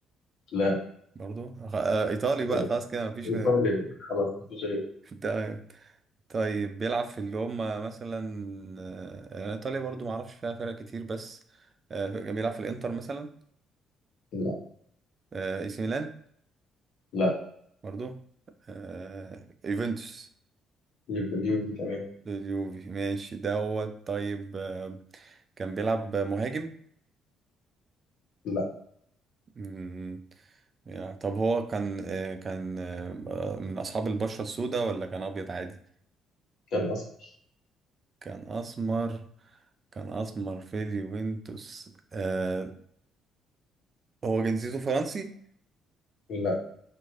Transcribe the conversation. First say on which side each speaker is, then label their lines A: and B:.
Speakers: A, on the left; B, on the right.
A: لا
B: برضو آه، إيطالي بقى
A: أو،
B: خلاص كده مفيش
A: إيطاليا بقى. خلاص مفيش غيره
B: <laughs> تمام طيب بيلعب في اللي هم مثلا آه، يعني ايطاليا برضو ما اعرفش فيها فرق كتير بس آه، بيلعب في الانتر مثلا
A: لا
B: آه، اي سي ميلان
A: لا
B: برضو آه، يوفنتوس
A: يبقى اليوفي كمان
B: اليوفي ماشي دوت طيب آه، كان بيلعب مهاجم
A: لا
B: مم، يعني طب هو كان آه، كان آه، من اصحاب البشرة السوداء ولا كان ابيض عادي
A: كان أصفر
B: كان اسمر كان اسمر في اليوفنتوس آه، هو جنسيته فرنسي
A: لا